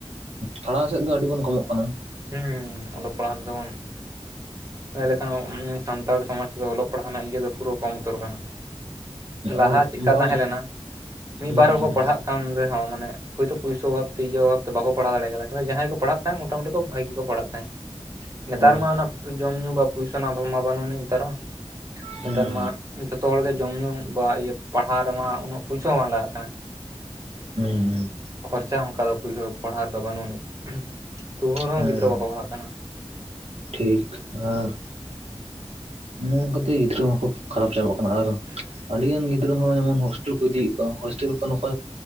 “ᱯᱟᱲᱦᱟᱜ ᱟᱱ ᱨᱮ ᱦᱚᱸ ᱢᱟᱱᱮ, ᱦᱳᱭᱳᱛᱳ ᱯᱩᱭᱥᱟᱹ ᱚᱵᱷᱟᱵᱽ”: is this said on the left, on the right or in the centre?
Right